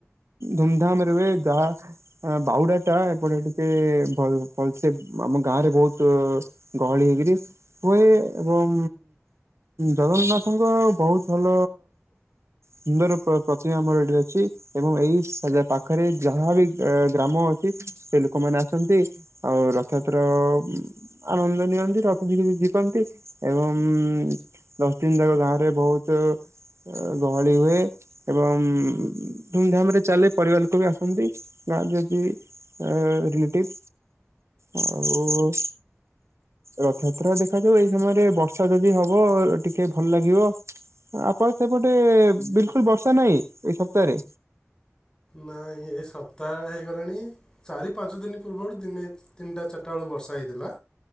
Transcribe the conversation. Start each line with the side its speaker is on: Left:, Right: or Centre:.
Right: ଧୁମଧାମରେ ହୁଏ। ଯାହା ଅଁ, ବାହୁଡ଼ା ଟା ଏପଟେ ଟିକେ ଭଲ ଭଲସେ ଆମ ଗାଁରେ ବହୁତ ଗହଳି ହେଇକିରି ହୁଏ। ଏବଂ ଜଗନ୍ନାଥଙ୍କ ବହୁତ ଭଲ ସୁନ୍ଦର ପ୍ର ପ୍ରତିମା ଆମର ଏଠି ଅଛି। ଏବଂ ଏଇ ସଜା ପାଖରେ ଯାହା ବି ଏ ଗ୍ରାମ ଅଛି ସେ ଲୋକମାନେ ଆସନ୍ତି। ଆଉ ରଥଯାତ୍ରା ଉଁ, ଆନନ୍ଦ ନିଅନ୍ତି। ରଥରେ ଝି-ଝିଙ୍କନ୍ତି ଏବଂ ଉଁ, ଦଶ ଦିନ ଯାକ ଗାଁରେ ବହୁତ ଅ, ଗହଳି ହୁଏ। ଏବଂ ଧୁମଧାମ ରେ ଚାଲେ ପରିବାର ଲୋକ ବି ଆସ ସନ୍ତି ଗାଁରେ ଯଦି ଅ, ରିଲେଟିଭ ଆଉ ରଥଯାତ୍ରା ଦେଖାଯାଉ ଏଇ ସମୟରେ ବର୍ଷା ଯଦି ହବ ଟିକେ ଭଲ ଲାଗିବ। ଆପଣ ସେପଟେ ବିଲକୁଲ ବର୍ଷା ନାହିଁ ଏଇ ସପ୍ତାହରେ?
Left: ନା ଏ ସପ୍ତାହ ହେଇଗଲାଣି ଚାରି ପାଞ୍ଚ ଦିନ ପୂର୍ବରୁ ଦିନେ ତିନିଟା ଚାରିଟା ବେଳୁ ବର୍ଷା ହେଇଥିଲା।